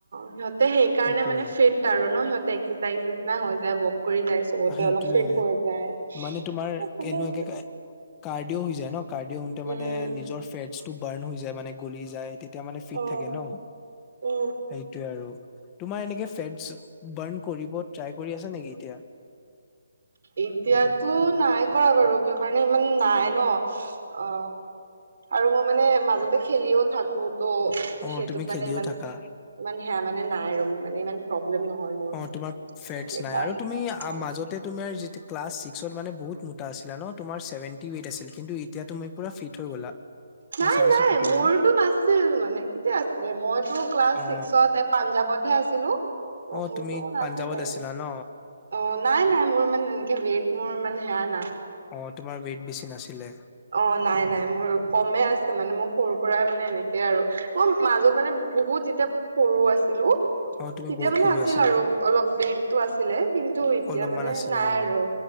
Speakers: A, on the right; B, on the left.
A: সিহতে সেইকাৰণে
B: সেইটোয়ে
A: মানে ফিট আৰু ন সিহঁতে এক্সাৰচাইজ নিচনা হৈ যায় কৰি যায় চবতে
B: সেইটোয়ে
A: অলপ ফিট হৈ যায়
B: মানে তোমাৰ
A: ভালে
B: কেনেকুৱাকে
A: আছে
B: কাৰ্ডিঅ হৈ যায় ন কাৰ্ডিঅ' হওঁতে
A: উম
B: মানে নিজৰ ফেটটো বাৰ্ণ হৈ যায় মানে গলি যায় তে তেতিয়া মানে ফিট
A: অ
B: থাকে ন
A: অ
B: সেইটোয়ে আৰু তোমাৰ এনেকে ফেটচ বাৰণ কৰিব ট্ৰাই কৰি আছা নেকি এতিয়া
A: এতিয়াতো নাই কৰা বাৰু ক কাৰণে ইমান নাই ন অ আৰু মই মানে মাজতে খেলিও থাকো ত'
B: অ
A: সেইটোত
B: তুমি খেলিও
A: মানে ইমান
B: থাকা
A: ইমান সেয়া মানে নাই আৰু মানে ইমান প্ৰব্লেম নহয় মোৰ
B: অ তোমাৰ ফেটচ
A: সেইকাৰণে
B: নাই আৰু তুমি
A: অ
B: মাজতে তুমাৰ যি ক্লাছছিক্সত মানে বহুত মোটাছিলা ন তোমাৰ চেভেটি ৱেট আছিল কিন্তু এতিয়া তুমি পুৰা ফিট হৈ গ'লা
A: নাই
B: মই চাইছো
A: নাই
B: ফটোবিলাক
A: মোৰতো নাছিল মানে কেতিয়া আছিলে মইতো ক্লাছ
B: অ
A: ছিক্সত পাঞ্জাৱতহে আছিলো ত'
B: অ
A: মোৰতো
B: তুমি
A: নাছিল
B: পাঞ্জাৱত
A: বাৰু
B: আছিলা ন
A: অ নাই নাই মোৰ মানে এনেকে বট মোৰ মানে সেয়া না
B: অ তোমাৰ ৱেইট বেছি নাছিলে
A: অ নাই নাই মোৰ কমে আছে মানে মোক সৰু পৰাই মানে এনে আৰু মই মাজত মানে বহুত যেতিয়া সৰু আছিলো
B: অ তুমি
A: তেতিয়া
B: বহুত
A: মানে
B: সৰু
A: আছিল
B: আছিলা
A: আৰু অলপ ৱেটটো আছিলে কিন্তু এতিয়া
B: অলপমান
A: মানে
B: আছিলা
A: নাই
B: অ
A: আৰু